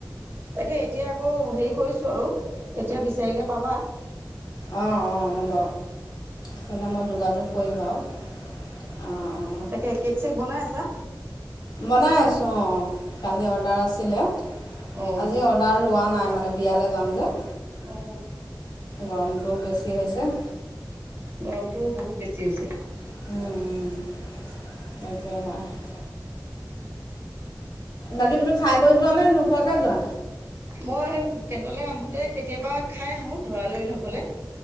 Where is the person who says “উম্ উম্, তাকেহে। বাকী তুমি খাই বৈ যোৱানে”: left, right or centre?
Left